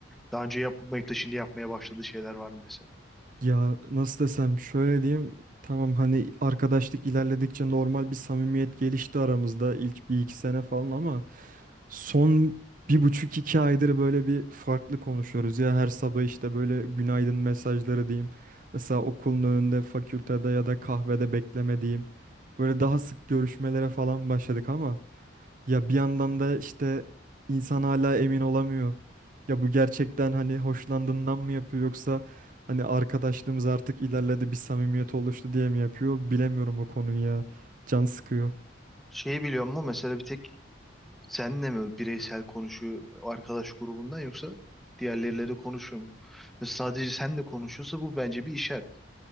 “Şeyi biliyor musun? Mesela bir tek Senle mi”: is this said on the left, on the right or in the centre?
Centre